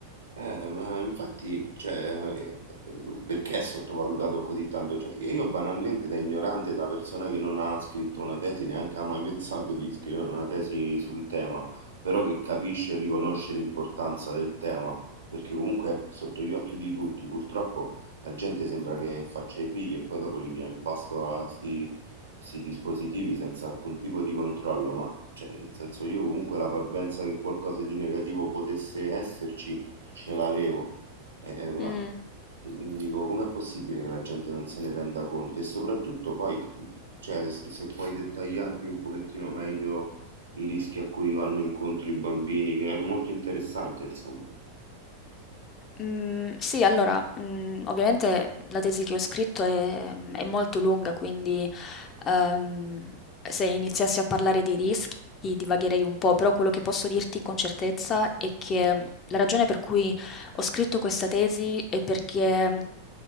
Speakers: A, on the right; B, on the left.
A: Eh, ma infatti, cioè, eh, eh, perché è sottovalutato così tanto? Cioè, io banalmente da ignorante, da persona che non ha scritto una tesi, neanche ha mai pensato di scrivere una tesi sul tema, però che capisce e riconosce l'importanza del tema, perché comunque è sotto gli occhi di tutti. Purtroppo la gente sembra che faccia i figli e poi dopo li dia in pasto a sti, sti dispositivi senza alcun tipo di controllo, ma cioè, nel senso io comunque la parvenza che qualcosa di negativo potesse esserci ce l'avevo. Eh, eh, ma
B: Mm.
A: mhmm, dico, com'è possibile che la gente non se ne renda conto? E soprattutto poi, mhmm, cioè, se, se puoi dettagliarmi un pochettino meglio i rischi a cui vanno incontro i bambini, che è molto interessante, insomma.
B: Mm, sì, allora, mm, ovviamente la tesi che ho scritto è, è molto lunga, quindi ehm, se iniziassi a parlare di rischi divagherei un po', però quello che posso dirti con certezza è che la ragione per cui ho scritto questa tesi è perché